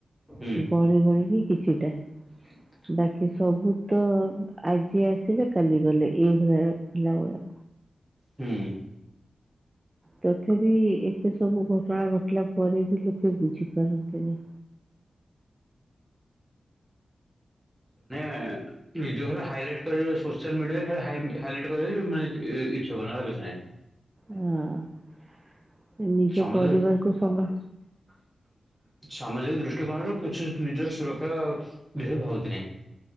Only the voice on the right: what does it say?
ଗଣି ଗଣି କି କିଛିଟା।
ବାକି ସବୁ ତ ଆଜି ଆସିଲେ କାଲି ଗଲେ ଏଇଭଳିଆ ପିଲା ଗୁରା।
ତଥାବି ଏତେ ସବୁ ଘଟଣା ଘଟିଲା ପରେ ବି ଲୋକେ ବୁଝିପାରନ୍ତିନି।
ହଁ ନିଜ
ପରିବାରକୁୁ ସମ